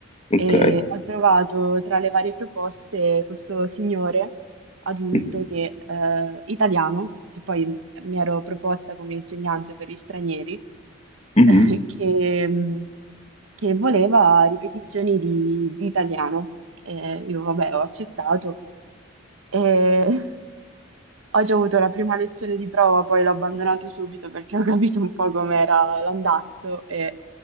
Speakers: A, on the left; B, on the right.
A: ok.
B: E ho trovato tra le varie proposte questo signore adulto
A: Mhm,
B: che, eh, italiano, perché poi mi ero proposta come insegnante per gli stranieri, <laughs>
A: mhm.
B: eh, che mh, che voleva ripetizioni di, di italiano. E io, vabbè, ho accettato. E <laughs> Ho già avuto la prima lezione di prova, poi l'ho abbandonato subito perché <laughs> ho capito un po' com'era l'andazzo e